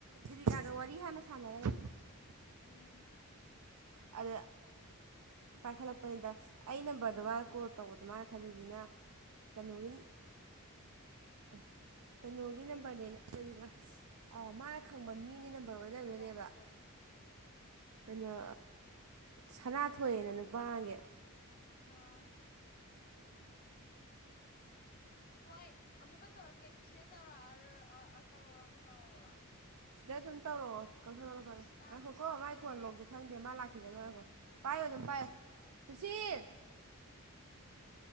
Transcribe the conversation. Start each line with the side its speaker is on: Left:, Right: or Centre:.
Right: ꯗꯤꯕꯤꯀꯥꯒ ꯋꯥꯔꯤ ꯍꯥꯟꯅ ꯁꯥꯟꯅꯅꯕ
Left: ꯎꯝ
Right: ꯑꯗ ꯄꯥꯏꯈꯠꯂꯛꯄꯅꯤꯗ ꯑꯩ ꯅꯝꯕꯔꯗꯨ ꯃꯥꯅ ꯀꯣꯜ ꯇꯧꯕꯗ ꯃꯥꯅ ꯈꯜꯂꯤꯁꯤꯅ ꯀꯩꯅꯣꯤꯟ ꯑꯦ ꯀꯩꯅꯣꯒꯤ
Left: ꯀꯩ
Right: ꯅꯝꯕꯔꯅꯦꯅ ꯂꯩꯔꯤꯕ ꯃꯥꯅ ꯈꯪꯕ ꯃꯤꯡꯒꯤ ꯅꯝꯕꯔ ꯑꯣꯏ ꯂꯩꯔꯝꯗꯣꯏꯅꯦꯕ
Left: ꯀꯅꯥꯥꯏ ꯅꯝꯕꯔ
Right: ꯀꯩꯅꯣ ꯁꯅꯥ ꯊꯣꯛꯣꯏꯑꯦꯅ ꯅꯨꯄꯥꯒꯤ
Left: ꯑꯥ ꯍꯣꯏ ꯑꯃꯨꯛꯀ ꯇꯧꯔꯛꯀꯦ ꯁꯤꯗ ꯇꯧꯔꯛꯑ ꯇꯧꯔꯔ ꯑꯃ ꯇꯧꯔꯛꯔ
Right: ꯁꯤꯗ ꯑꯗꯨꯝ ꯇꯧꯔꯛꯑꯣ ꯀꯛꯊꯠꯂꯣ ꯀꯛꯊꯠꯂꯣ
Left: ꯇꯥꯕꯗꯤ
Right: ꯉꯥꯏꯈꯣ ꯀꯣ
Left: ꯅꯨꯡꯉꯥꯏꯈꯤꯗ꯭ꯔꯦ
Right: ꯃꯥꯏ ꯐꯣꯟ ꯂꯣꯛꯁꯦ ꯈꯪꯗꯦ ꯃꯥ ꯂꯥꯛꯈꯤꯁꯦ ꯅꯨꯡꯉꯥꯏꯈꯣ ꯄꯣ ꯑꯗꯨꯝ ꯄꯣ ꯁꯨꯁꯤꯜ
Left: ꯎꯝ